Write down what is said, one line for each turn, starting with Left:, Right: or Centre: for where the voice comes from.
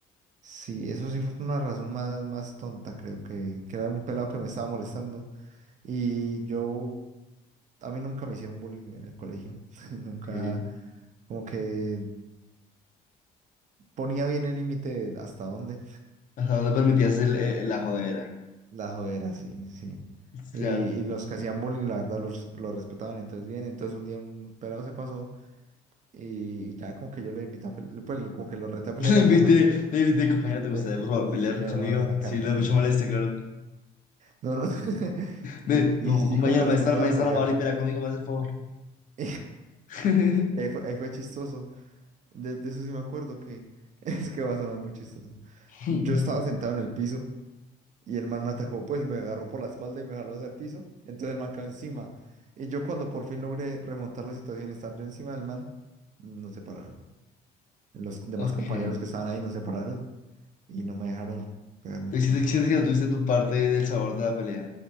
Right: Sí, eso sí fue por una razón más, más tonta, creo que, que era un pelado que me estaba molestando. Y yo, a mí nunca me hicieron bullying en el colegio. <laughs> Nunca,
Left: Ok.
Right: como que ponía bien el límite de hasta dónde.
Left: ¿Hasta dónde permitías el, el- la jodera?
Right: La jodera, sí, sí. Y,
Left: Claro.
Right: y los que hacían bullying, la verdad, los, los respetaban. Entonces, bien, entonces un día un pelado se pasó y, y ya como que yo lo invité a pelear, pues lo- como que lo reté a pelear
Left: <laughs> Le
Right: en
Left: invité,
Right: el momento.
Left: le invité, compañero,
Right: Lo invité.
Left: ¿te gustaría,
Right: <laughs>
Left: por favor,
Right: Sí,
Left: pelear
Right: sí, le,
Left: conmigo?
Right: le mandé una carta.
Left: Si le da
Right: No,
Left: mucha
Right: no.
Left: molestia, claro.
Right: No, no. <laughs>
Left: Me,
Right: Y,
Left: como,
Right: y sí,
Left: compañero,
Right: como que
Left: me
Right: nos
Left: están,
Right: pusimos
Left: me
Right: a
Left: están
Right: pelear.
Left: amable y pelea conmigo, me hace el favor.
Right: <laughs>
Left: <laughs>
Right: Y ahí fue, ahí fue chistoso. De, de eso sí me acuerdo que <laughs> es que va a sonar muy chistoso.
Left: <laughs>
Right: Yo estaba sentado en el piso. Y el man me atacó, pues me agarró por la espalda y me jaló hacia el piso. Entonces el man quedó encima. Y yo cuando por fin logré remontar la situación y estar yo encima del man, nos separaron. Los demás
Left: Ok.
Right: compañeros que estaban ahí nos separaron y no me dejaron pegarle
Left: Te
Right: un puño.
Left: sientes sientes que no tuviste tu parte del sabor de la pelea.